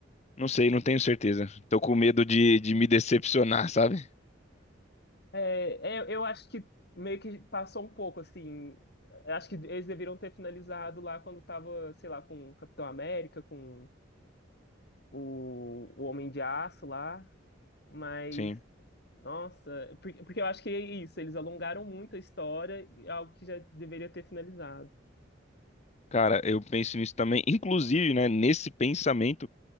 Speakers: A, on the left (about 35°); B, on the left (about 55°).
A: não sei, não tenho certeza. Tô com medo de de me decepcionar, <laughs> sabe?
B: É, é, eu acho que meio que passou um pouco assim. Eu Acho que eles deveriam ter finalizado lá quando tava, sei lá, com o Capitão América, com o, o Homem de Aço lá. Mas,
A: Sim.
B: nossa, porque, porque eu acho que é isso, eles alongaram muito a história, algo que já deveria ter finalizado.
A: Cara, eu penso nisso também. Inclusive, né, nesse pensamento